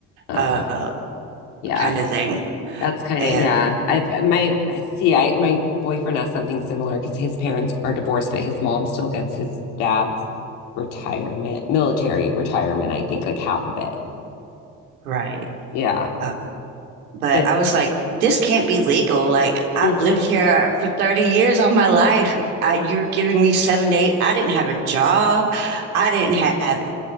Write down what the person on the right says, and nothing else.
uh,
kind of thing.
And
right.
Uh, but
I was like, this can't be legal. Like I've
lived here for 30 years of my life. I, you're giving me seven to eight. I didn't have a job. I didn't have